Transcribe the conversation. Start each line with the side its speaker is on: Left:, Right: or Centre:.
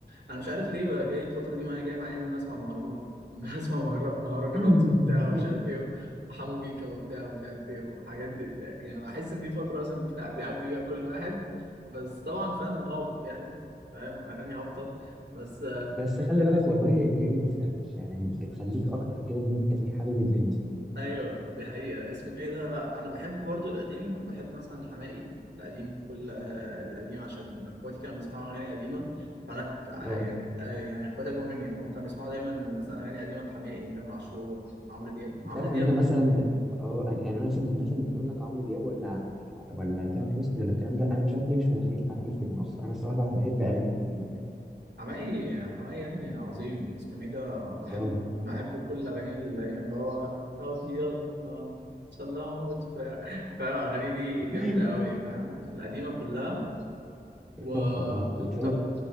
Right: انا مش عارف ليه بقى جاي الفتره دي معايا جاي معايا ان انا اسمع مهرجانات <laughs> ان انا اسمع مهر- مهرجانات
Centre: <laughs>
Right: وبتاع ومش عارف ايه وحمو بيكا وبتاع ومش عارف ايه والحاجات دي يعني بحس ان دي فتره مثلا بتاع- بيعدي بيها كل واحد بس طبعا فن هابط يعني فاهم اغاني هابطه بس
Centre: بس خلي بالك والله هي ايه بتفرفش يعني بتخليك اكتر كده ان انت ايه حابب الدنيا
Right: ايوه دي حقيقة اسمه ايه ده انا بحب برضو القديم بحب مثلا الحماقي القديم كل آه، القديم عشان اخواتي كانوا بيسمعوا اغاني قديمة فانا تع-
Centre: اه
Right: يعني آه، يعني اخواتي اكبر مني فهم كانوا بيسمعوا دايما مثلا اغاني قديمة الحماقي تامر عاشور عمرو دياب عمرو
Centre: انت عارف
Right: دياب
Centre: ان انا مثلا اه يعني انا مثلا من الناس اللي بتقول لك عمرو دياب ولا ولا تامر حسني ولا الكلام ده انا مش عارف ليه مش متخيل حماقي في النص انا الصراحه بحب اغاني حماقي جدا
Right: حماقي حماقي يا ابني عظيم اسمه ايه ده بحب
Centre: اه
Right: بحب كل اغاني القديمة اللي هو طب يلا صلوت ف- فاهم اغاني دي
Centre: <laughs>
Right: جامدة قوي فاهم القديمة كلها و
Centre: تحفه اه وتامر
Right: طب